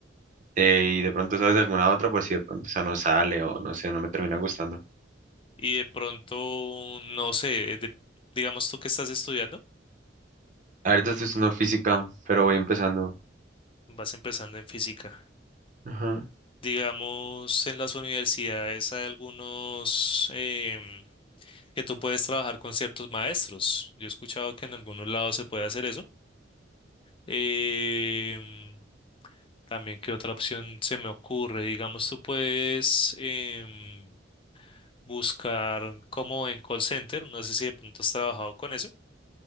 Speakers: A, on the right; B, on the left.
A: Eh, y de pronto sabes de alguna otra por si de pronto esa no sale o no sé, no me termina gustando.
B: y de pronto, no sé, de- digamos tú que estás estudiando,
A: Ahorita estoy estudiando física, pero voy empezando.
B: vas empezando en física.
A: Ajá.
B: Digamos, en las universidades hay algunos em, que tú puedes trabajar con ciertos maestros. Yo he escuchado que en algunos lados se puede hacer eso. Em, también, ¿qué otra opción se me ocurre? Digamos, tú puedes em, buscar como en call center. No sé si de pronto has trabajado con eso.